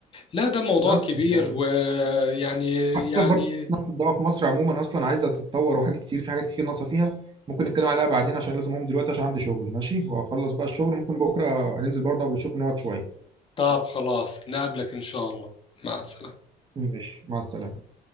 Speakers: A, on the left (about 30°); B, on the right (about 25°).
A: لا ده موضوع
B: بس
A: كبير
B: يعني
A: ويعني
B: وعايز
A: يعني
B: أقول لك برضه إن الضوء في مصر عموما اصلا عايزه تتطور وحاجات كتير في حاجات كتير ناقصه فيها ممكن نتكلم عليها بعدين عشان لازم اقوم دلوقتي عشان عندي شغل ماشي واخلص بقى الشغل ممكن بكره ننزل برضه قبل الشغل نقعد شويه
A: طب خلاص نقابلك ان شاء الله مع السلامه
B: ماشي مع السلامه